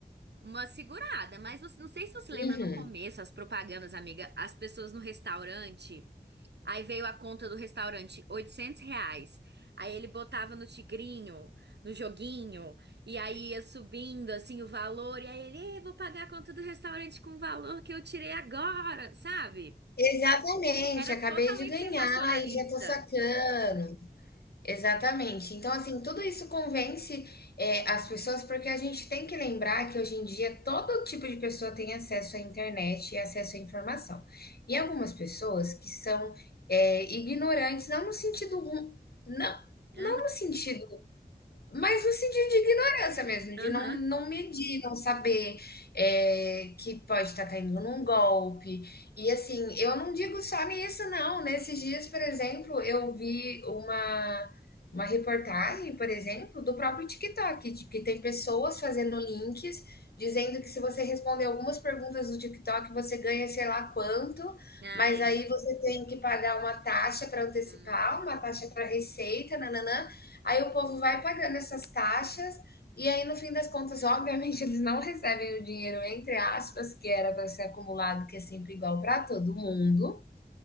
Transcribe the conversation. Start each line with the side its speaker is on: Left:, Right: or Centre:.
Right: Uma segurada. Mas você- não sei se você lembra
Left: Uhum.
Right: no começo, as propagandas, amiga, as pessoas no restaurante. Aí veio a conta do restaurante, 800 reais. Aí ele botava no tigrinho, no joguinho, e aí ia subindo assim o valor, e aí ele, "Ei, vou pagar a conta do restaurante com o valor que eu tirei agora, sabe?
Left: Exatamente,
Right: Era
Left: acabei
Right: totalmente
Left: de ganhar
Right: sensacionalista.
Left: e já tô sacando. Exatamente.
Right: É.
Left: Então, assim, tudo isso convence, eh, as pessoas, porque a gente tem que lembrar que hoje em dia todo tipo de pessoa tem acesso à internet e acesso à informação. E algumas pessoas que são, eh, ignorantes, não no sentido ru- não,
Right: Aham.
Left: não no sentido mas no sentido de ignorância mesmo,
Right: Aham.
Left: de não, não medir, não saber é, que pode estar caindo num golpe. E assim, eu não digo só nisso, não. Nesses dias, por exemplo, eu vi uma, uma reportagem, por exemplo, do próprio TikTok, de que tem pessoas fazendo links dizendo que se você responder algumas perguntas do TikTok, você ganha sei lá quanto,
Right: Ah,
Left: mas
Right: é.
Left: aí você tem que pagar uma taxa para antecipar,
Right: Hum,
Left: uma taxa para receita, nananã. Aí o povo vai pagando essas taxas e aí no fim das contas, <laughs> obviamente, eles não recebem o dinheiro entre aspas que era para ser acumulado, que é sempre igual para todo mundo.